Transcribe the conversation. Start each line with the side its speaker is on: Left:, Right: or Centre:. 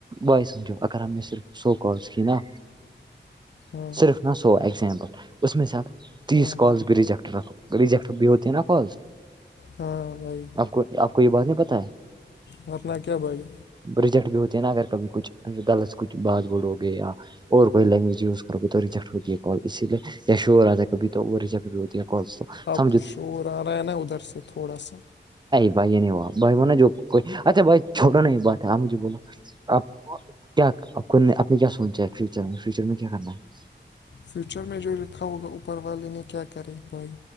Right: بوائے سمجھو اگر ہم نے صرف سو کالس کی نا
Left: ہاں
Right: صرف سو ایگزامپل اس میں سے آپ تیس
Left: ہاں
Right: کالس بھی ریجیکٹ رکھو ریجیکٹ بھی ہوتے ہے نا کالس
Left: ہاں بھائی
Right: آپ کو آپ کو یہ بات نہیں پت ہے
Left: ورنہ کیا بھائی
Right: ریجیکٹ بھی ہوتے ہے نا اگر کبھی کچھ لط سے کچھ بات بولو گے یا اور کوئی لینگویج یز کر گے تو ریجیکٹ ہوتی ہے کال اسی لیے یا شور راجا کبھی تو وہ ریا ک بھی ہوتی ہے کالس تو
Left: آپ
Right: سمجھو
Left: کچ شور آ رہا ہے نا ادھر سے تھوڑا سا
Right: بھائی نہیں بائی نے جو کوئی اچھا بھائی چوٹو نہیں بات ہے آمج جو بولو آپ کیا آپ کو آپ نے کیا سوچا ہے فیوچر میں فیوچر میں کیا کرنا ہے
Left: فیوچر میں جو لکھا ہوگا اوپر والے نے کیا کرے بھائی